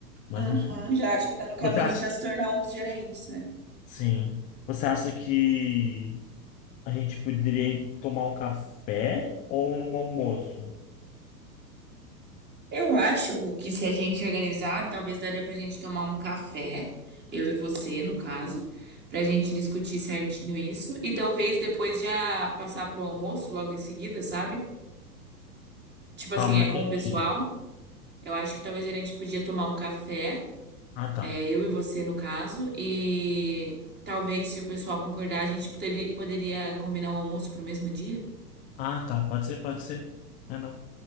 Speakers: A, on the left (about 15°); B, on the right (about 20°).
A: Mas,
B: Uhum,
A: enfim.
B: já acha que tá no caminho
A: Você acha
B: pra
A: que...
B: se tornar um dos gerentes, né?
A: Sim. Você acha que a gente poderia ir tomar um café ou um almoço?
B: Eu acho, Gu, que se a gente organizar, talvez daria pra gente tomar um café, eu e você, no caso, pra gente discutir certinho isso e talvez depois já passar pro almoço logo em seguida, sabe? Tipo
A: Calma,
B: assim, é
A: não
B: com
A: entendi.
B: o pessoal. Eu acho que talvez a gente podia tomar um café,
A: Ah, tá.
B: é, eu e você, no caso, e talvez se o pessoal concordar, a gente poderia, poderia combinar o almoço pro mesmo dia.
A: Ah, tá. Pode ser, pode ser. É, não.